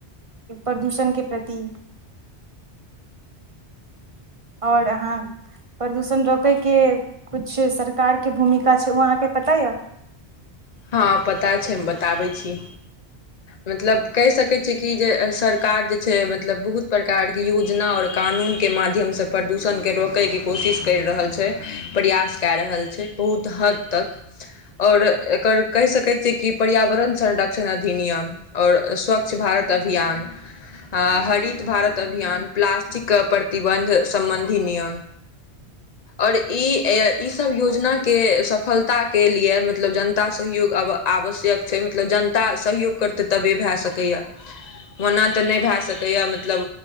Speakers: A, on the right; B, on the left.
A: प्रदूषण के प्रति और अहाँ प्रदूषण रोकय के कुछ सरकार के भूमिका छै ओ अहाँ के पता यऽ
B: हाँ पता छै हम बताबै छी मतलब कह सके छी की जे सरकार जे छै मतलब बहुत प्रकार के योजना और कानून के माध्यम सँ प्रदूषण के रोकै के कोशिश करि रहल छै प्रयास कए रहल छै बहुत हद तक और एकर कहि सकैत छियै की पर्यावरण संरक्षण अधिनियम और स्वच्छ भारत अभियान हऽ हरित भारत अभियान प्लास्टिक कऽ प्रतिबन्ध सम्बन्धी नियम और ई ई सब योजना के सफलता के लिए मतलब जन जनता सहयोग आब आवश्यक छै मतलब जनता सहयोग करतै तबे भए सकैए ओना तऽ नहि भए सकैए मतलब